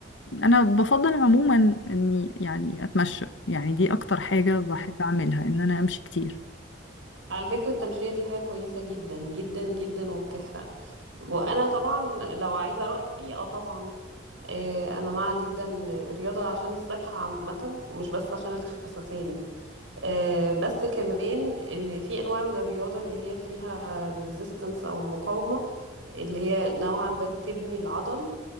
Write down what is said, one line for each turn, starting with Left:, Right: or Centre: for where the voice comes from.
Left: انا بفضل عموما اني يعني اتمشى يعني دي اكتر حاجة بحب
Right: مم.
Left: اعملها ان انا امشي كتير
Right: على فكرة التمشية دي حاجة كويسة جدا جدا جدا وبتحرق وانا طبعا لو عايزة رأيي اه طبعا آه انا مع جدا الرياضة عشان الصحة عامة ومش بس عشان الخساسين آه بس كمان آه، في انواع من الرياضة اللي هي فيها الريزيستنس او المقاومة اللي هي نوعا ما بتبني العضل